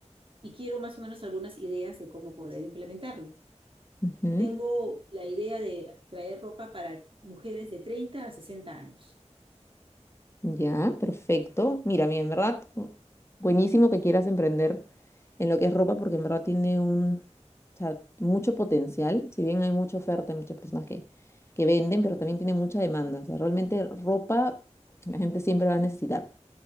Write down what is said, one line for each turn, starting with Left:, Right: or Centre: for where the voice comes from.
Right: Y quiero más o menos algunas ideas de cómo poder implementarlo.
Left: Ujú,
Right: tengo la idea de traer ropa para mujeres de 30 a 60 años.
Left: Ya, perfecto. Mira, mira, en verdad, mm, buenísimo que quieras emprender en lo que es ropa porque en verdad tiene un, o sea, mucho potencial. Si bien hay mucha oferta, hay muchas personas que, que venden, pero también tiene mucha demanda. O sea, realmente ropa la gente siempre va a necesitar.